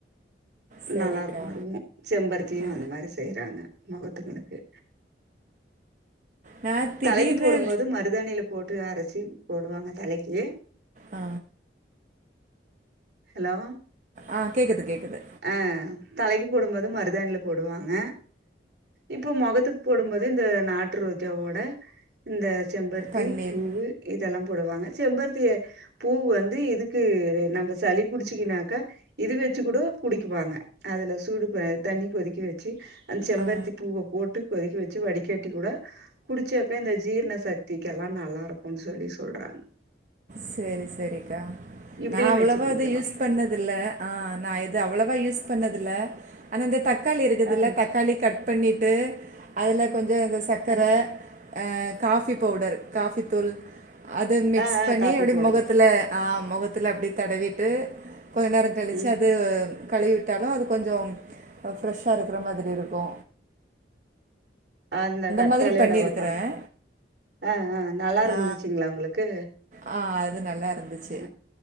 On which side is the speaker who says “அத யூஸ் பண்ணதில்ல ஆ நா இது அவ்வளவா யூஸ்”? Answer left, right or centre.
Right